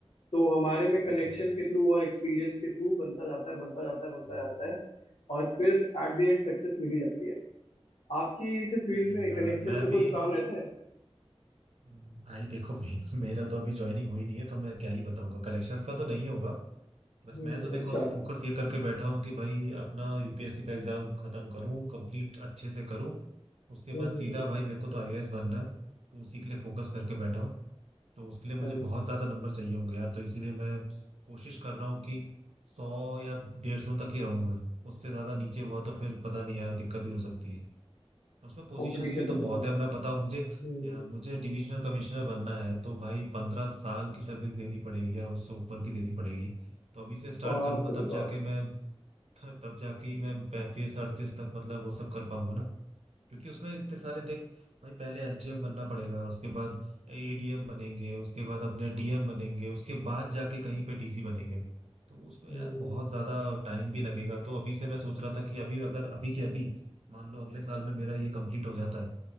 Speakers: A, on the left; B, on the right.
A: तो हमारे में
B: वो
A: कनेक्शन
B: तो है।
A: के थ्रू और एक्सपीरियंस के थ्रू बनता जाता है बनता जाता है बनता
B: हम्म,
A: जाता है और फिर एट द एंड सक्सेस मिली जाती है आपकी इस फील्ड
B: सही
A: में
B: है यार
A: कनेक्शन
B: मैं
A: का
B: भी
A: कुछ काम रहता है
B: हम्म, भाई देखो मे, मेरा तो अभी ज्वाइनिंग हुई नहीं है तो मैं क्या ही बताऊंगा कलेक्शंस का तो नहीं होगा बस
A: हम्म
B: मैं तो देखो
A: अच्छा
B: अभी फोकस ये करके बैठा हूँ कि भाई अपना यूपीएससी का एग्जाम खत्म करूँ कंप्लीट अच्छे से करूँ उसके
A: हम्म
B: बाद सीधा
A: हम्म हम्म
B: भाई मेरे को तो आईएएस बनना है तो उसी के लिए फोकस करके बैठा हूँ तो उसके लिए
A: सही
B: मुझे बहुत ज्यादा नंबर चाहिए होंगे यार तो इसीलिए मैं कोशिश कर रहा हूँ कि सौ या डेढ़ सौ तक ही रहूँ मैं उससे ज्यादा नीचे हुआ तो फिर पता नहीं यार दिक्कत भी हो सकती है तो उसमें पोजीशंस
A: कंपटीशन
B: भी तो
A: तो
B: बहुत
A: बहुत
B: है
A: है
B: मैं बताऊं मुझे
A: हम्म
B: या मुझे डिविजनल कमिश्नर बनना है तो भाई पंद्रह साल की सर्विस देनी पड़ेगी या उससे ऊपर की देनी पड़ेगी तो अभी से स्टार्ट
A: बाप
B: करूंगा
A: रे
B: तब जाके
A: बाप
B: मैं तब जाके ही मैं पैंतीस अड़तीस तक मतलब वो सब कर पाऊंगा ना क्योंकि उसमें इतने सारे देख भाई पहले एसडीएम बनना पड़ेगा उसके बाद एडीएम बनेंगे उसके बाद अपने डीएम बनेंगे उसके बाद जाके कहीं पे डीसी बनेंगे तो उसमें
A: हम्म
B: यार बहुत ज्यादा टाइम भी लगेगा तो अभी से मैं सोच रहा था कि अभी अगर अभी के अभी मान लो अगले साल में मेरा ये कंप्लीट हो जाता है